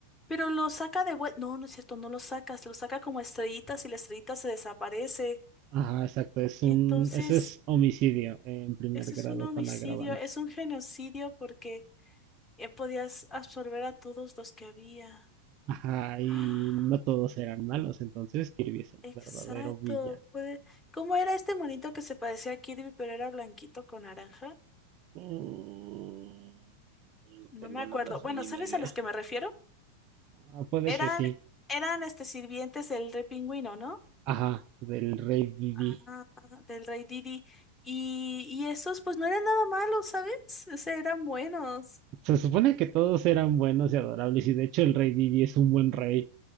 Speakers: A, on the left; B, on the right.
A: Pero lo saca de vuelta. No, no es cierto, no lo sacas, lo saca como estrellitas y la estrellita se desaparece.
B: ajá, exacto, es
A: Entonces,
B: un, eso es homicidio en primer
A: ese
B: grado
A: es un homicidio,
B: con agravantes.
A: es un genocidio porque eh, podías absorber a todos los que había.
B: Ajá, y
A: <gasps>
B: no todos eran malos, entonces Kirby es el
A: Exacto,
B: verdadero villano.
A: puede. ¿Cómo era este monito que se parecía a Kirby, pero era blanquito con naranja?
B: Mm, No
A: No
B: tengo
A: me acuerdo.
B: la más
A: Bueno,
B: mínima
A: ¿sabes
B: idea.
A: a los que me refiero?
B: Ah, puede
A: Eran,
B: que sí.
A: eran este sirvientes del rey pingüino, ¿no?
B: Ajá, del rey Didi.
A: Ah, del rey Didi. Y, y esos, pues no eran nada malos, ¿sabes? O sea, eran buenos.
B: Se supone que todos eran buenos y adorables, y de hecho el rey Didi es un buen rey.